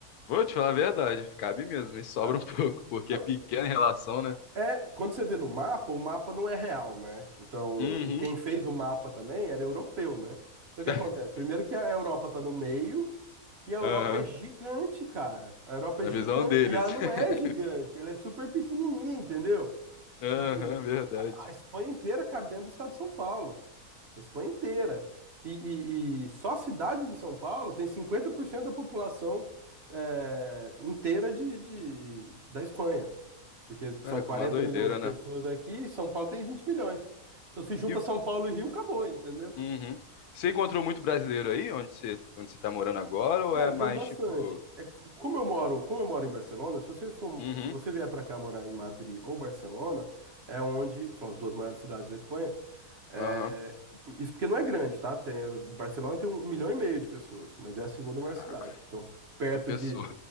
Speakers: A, on the left (about 75°); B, on the right (about 45°).
A: Vou te falar a verdade, cabe mesmo, e sobra
B: Ah,
A: um <laughs> pouco, porque
B: Não,
A: é pequena em relação, né?
B: é, quando você vê no mapa, o mapa não é real, né? Então,
A: Uhum.
B: e quem fez o mapa também era europeu, né? Então o que
A: <laughs>
B: acontece? Primeiro que a Europa está no meio. E a Europa
A: Aham.
B: é gigante, cara. A Europa
A: Na
B: é gigante.
A: visão deles.
B: E ela não
A: <laughs>
B: é gigante, ela é super pequenininha, entendeu?
A: Aham,
B: Tipo,
A: verdade.
B: a Espanha inteira cabe dentro do estado de São Paulo. A Espanha inteira. E, e- e só a cidade de São Paulo tem 50% da população é, inteira de, de- da Espanha. Porque são
A: Ah,
B: 40
A: que uma doideira,
B: milhões de pessoas
A: né?
B: aqui e São Paulo tem 20 milhões. Então se junta
A: E
B: São Paulo e Rio, acabou, entendeu?
A: uhum. Você encontrou muito brasileiro aí, onde você, onde você tá morando agora, ou
B: Cara,
A: é mais
B: tem bastante.
A: tipo.
B: É, c- como eu moro, como eu moro em Barcelona, se você for,
A: Uhum.
B: se você vier para cá morar em Madrid ou Barcelona, é onde são as duas maiores cidades da Espanha. é,
A: Aham.
B: isso porque não é grande, tá? Tem, Barcelona tem um milhão e meio de pessoas, mas é a segunda
A: Caraca,
B: maior cidade. Então, perto
A: fica pessoa.
B: de